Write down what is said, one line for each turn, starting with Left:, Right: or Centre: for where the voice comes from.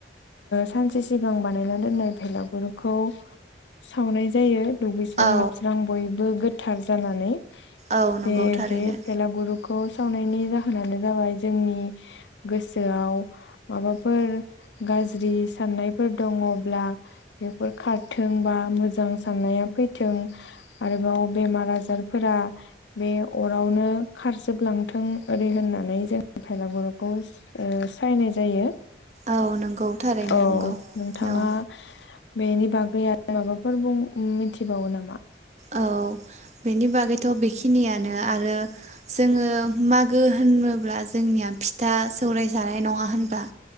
Left: सानसे सिगां बानायना दोननाय भेलागुरखौ सावनाय जायो दुगैस्रां
Right: औ
Left: लोबस्रां बयबो गोथ थार जानानै
Right: औ नंगौ
Left: जे
Right: थारैनो
Left: बे भेलागुरखौ खौ सावनायनि जाहोनानो जाबाय जोंनि गोसोआव माबाफोर गाज्रि साननायफोर दङब्ला बेफोर खारथों बा मोजां साननाया फैथों आरोबाव बेमार आजार फोरा बे अरावनो खारजोबलांथों ओरै होननानै जोंङो भेलागुरखौ सायनाय जायो
Right: औ नंगौ थारैनो
Left: औ
Right: नंगौ
Left: नोंथाङा
Right: औ
Left: बेनि बाग दे आरो माबाफोर बुं मिथिबावो नामा?
Right: औ बेनि बागैथ' बेखिनियानो आरो जोङो मागो होनोब्ला जोंनिया फिथा सौराय जानाय नङा होनबा